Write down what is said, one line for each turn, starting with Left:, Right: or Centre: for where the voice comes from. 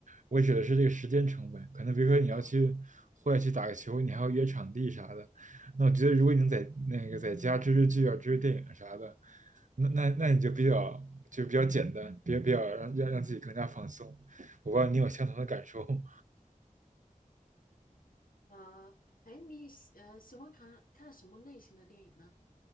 Right: 我指的是这个时间成本，可能比如说你要去户外去打个球，
Left: 啊，
Right: 你还要约场地啥的。那我觉得如果你能在那个在家追追剧啊、
Left: 嗯，
Right: 追追电影啥的，那那那你就比较就比较简单，比较比较让让让自己更加放松。我不知道你有相同的感受吗。
Left: 啊，哎，你喜呃喜欢看看什么类型的电影呢？